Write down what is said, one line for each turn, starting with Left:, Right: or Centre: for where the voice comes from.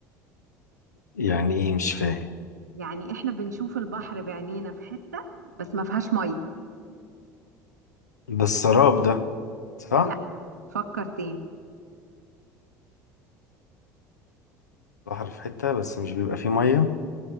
Left: يعني ايه مش فاهم
Right: يعني احنا بنشوف البحر بعينينا في حتة بس ما فيهاش مية
Left: ده السراب ده صح
Right: لا فكر تاني
Left: بحر في حته بس مش بيبقى فيه ميه